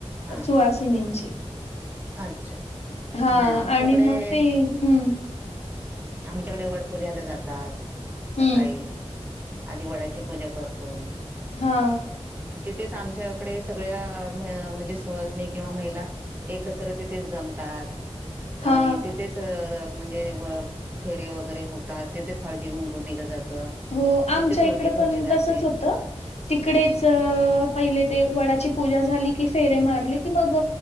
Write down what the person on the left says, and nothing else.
सुवासिनींची.
हा
आणि मग ते हम्म.
हम्म
हा.
हा
हो आमच्या
इकड
पण
तसच होतं तिकडेच
पहिले ते वडाची पूजा झाली की फेरे मारली की मग